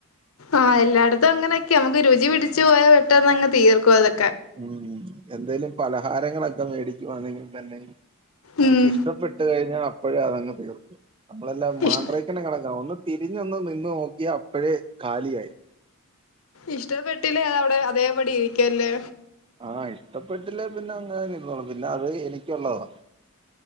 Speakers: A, on the left (about 80°); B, on the right (about 25°).
A: ആ എല്ലാട്ത്തും അങ്ങനെക്കെയാ നമുക്ക് രുചി പിടി ഉവേ പെട്ടെന്ന് അങ്ങ് തീർക്കും അത്
B: ഉം എന്തെലും പലഹാരങ്ങളെ മേടിക്കുകയാണെങ്കിൽ തന്നെയും അവർക്ക്
A: ഉം
B: ഇഷ്ടപ്പെട്ടു കഴിഞ്ഞാ അപ്പഴേ അതങ്ങ് തീർക്കും അപ്പോളല്ലേ മാൻഡ്രെക്ക്
A: ഇഷ്
B: എല്ലാം കണക്കാ ഒന്ന് തിരിഞ്ഞൊന്നു നിന്ന് നോക്കിയ അപ്പഴേ കാലിയായി.
A: ഇഷ്ടപ്പെട്ടില്ലേ അതവിടെ അതേപടി ഇരിക്കുവല്ലേ?
B: ആ ഇഷ്ടപ്പെട്ടില്ലേ പിന്നെ അങ്ങനെതന്നെ ഇരുന്നോളും പിന്നെ അത് എനിക്കൊള്ളതാ.